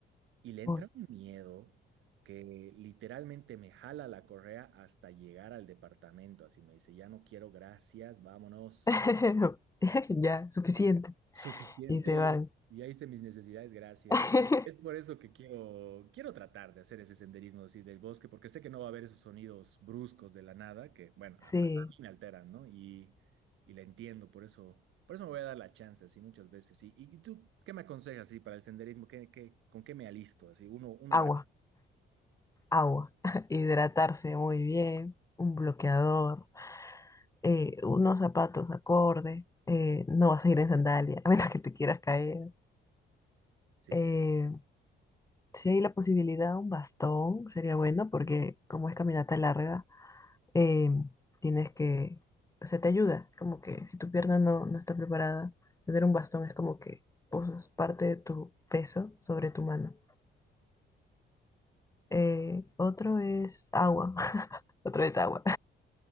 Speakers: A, on the right; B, on the left.
A: Y le entra
B: Uy,
A: un miedo que literalmente me jala la correa hasta llegar al departamento. Así me dice, ya no quiero, gracias, vámonos.
B: <laughs> ya, suficiente.
A: <laughs> Suficiente,
B: Y se van.
A: yo ya hice mis necesidades, gracias.
B: <laughs>
A: Es por eso que quiero, quiero tratar de hacer ese senderismo así del bosque, porque sé que no va a haber esos sonidos bruscos de la nada que, bueno,
B: Sí,
A: a, a mí me alteran, ¿no? Y, y la entiendo, por eso, por eso me voy a dar la chance así muchas veces. ¿Y, y tú qué me aconsejas así para el senderismo? ¿Qué, qué, con qué me alisto? Así, uno, uno
B: agua,
A: grande.
B: agua. <laughs> Hidratarse muy bien, un bloqueador. eh, unos zapatos acorde, eh, no vas a ir en sandalia, <laughs> a menos que te quieras caer.
A: Sí.
B: Eh, si hay la posibilidad, un bastón sería bueno porque como es caminata larga, eh, tienes que, o sea, te ayuda, como que si tu pierna no, no está preparada, tener un bastón es como que posas parte de tu peso sobre tu mano. Eh, otro es agua, <laughs> otro es agua,